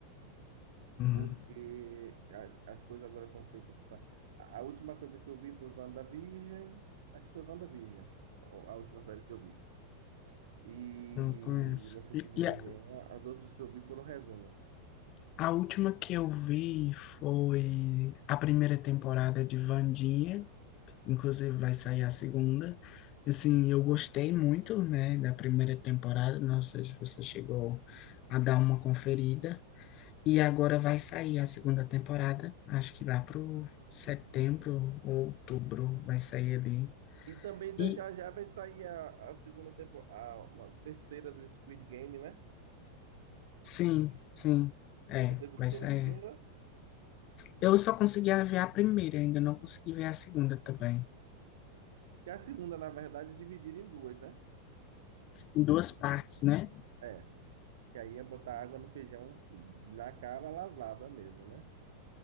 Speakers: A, on the left; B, on the right.
A: Hum,
B: porque as, as coisas agora são feitas para. A, a última coisa que eu vi foi WandaVision, acho que foi WandaVision, a, a última série que eu vi. E
A: não conheço.
B: não sei
A: E,
B: se vi
A: e
B: mais
A: a,
B: nenhuma, as outras que eu vi foram resumos.
A: a última que eu vi foi a primeira temporada de Wandinha. inclusive vai sair a segunda. Assim, eu gostei muito, né, da primeira temporada, não sei se você chegou a dar uma conferida. E agora vai sair a segunda temporada, acho que lá pro setembro ou outubro vai sair ali.
B: E também da-
A: E
B: já já vai sair a, a segunda temporada, a uma terceira do Squid Game, né?
A: sim, sim, é,
B: Você gostou
A: vai sair.
B: da segunda?
A: Eu só consegui ver a primeira, ainda não consegui ver a segunda também.
B: Porque a segunda, na verdade, é dividida em duas, né?
A: Em duas partes, né?
B: É. Que aí é botar água no feijão na cara lavada mesmo, né?